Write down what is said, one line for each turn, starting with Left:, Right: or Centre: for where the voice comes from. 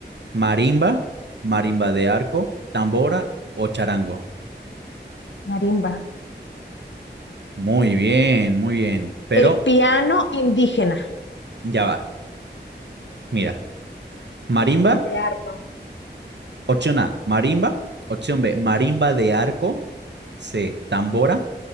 Right: ¿Marimba? ¿Marimba de arco? ¿Tambora o charango?
Left: marimba.
Right: Muy bien, muy bien. Pero
Left: El piano indígena.
Right: ya va. Mira. ¿Marimba?
Left: Es de arpa.
Right: Opción A. ¿Marimba? Opción B. ¿Marimba de arco? C. ¿Tambora?